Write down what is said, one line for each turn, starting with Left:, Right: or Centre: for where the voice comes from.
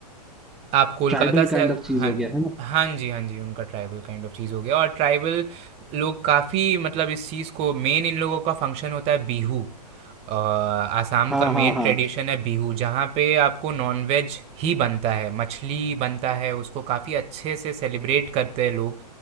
Right: आप कोलकाता
Centre: ट्राइबल
Right: से
Centre: काइंड
Right: अग-
Centre: ऑफ चीज
Right: हाँ
Centre: हो
Right: जी
Centre: गया है ना
Right: हाँ जी हाँ जी उनका ट्राइबल काइंड ऑफ चीज़ हो गया और ट्राइबल लोग काफ़ी मतलब इस चीज़ को मेन इन लोगों का फंक्शन होता है बिहू अ, आसाम
Centre: हाँ
Right: का मेन
Centre: हाँ हाँ
Right: ट्रेडिशन है बिहू जहाँ पे आपको नॉनवेज ही बनता है मछली बनता है उसको काफ़ी अच्छे से सेलिब्रेट करते हैं लोग